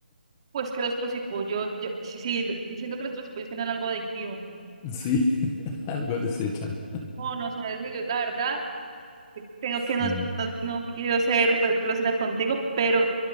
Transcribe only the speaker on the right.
Pues que los trocipollos, yo, sí, sí, y siento que los trocipollos tienen algo adictivo.
Oh, no, sabes que yo la verdad te- tengo
que no, no, no quiero ser pues grosera contigo, pero